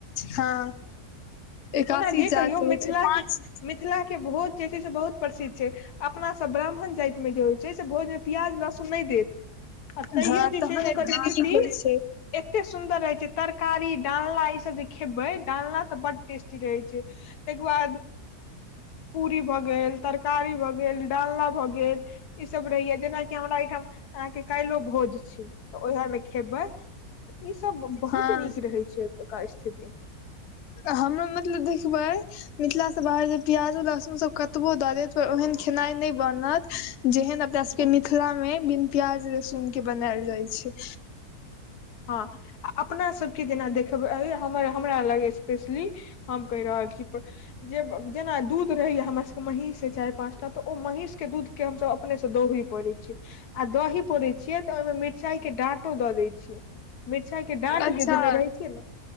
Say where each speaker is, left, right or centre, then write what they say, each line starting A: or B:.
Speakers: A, on the left; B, on the left.
A: हँ। एकासी
B: ओना जे
A: जाग
B: कहियौ मिथिला
A: होइ छै पाँच
B: के मिथिला के भोज जे छैय से बहुत प्रसिद्ध छैय अपना सब ब्राह्मण जाइत मे जे होइ छैय से भोज मे प्याज लहसुन नहि देत आ तैयो
A: हँ
B: जे
A: तहन
B: छैय से ओकर
A: एते
B: स्थिति
A: नीक होइ छै
B: एते सुन्दर रहे छैय तरकारी डालना ई सब जे खेबै डालना तऽ बड टेस्टी रहे छैय। ताहिके बाद पूरी भऽ गेल तरकारी भऽ गेल डालना भऽ गेल ई सब रहैया जेनाकि हमरा एहिठाम अहाँके काल्हि लो भोज छै त ओह मे खेबै त ई सब बहुत
A: हँ
B: नीक रहै छै ऐकस्थिति
A: हमु मतलब देखबै मिथिला स बाहर जे प्याजो लहसुनसब कतबो दऽ देत ओहन खेनाइ नै बनत जेहन अपना सबके मिथिला मे बिन प्याज लहसुन के बनाएल जाइ छै
B: हँ अपना सबके जेना देखबै हम हमरा लग एस्पेशली हम कहि रहल छी जे जेना दू दूध रहैया हमर सबके महींष अई चारि पाँच टा तऽ ओ महीष के दूध के हमसब अपने स दही पौरय छी आ दही पौरे छियै तऽ ओईमे मि मिरचाइ के डाँटो दऽ देने रहै छियै मिरचाई के डाँट
A: अच्छा
B: जे देने रहै छियै न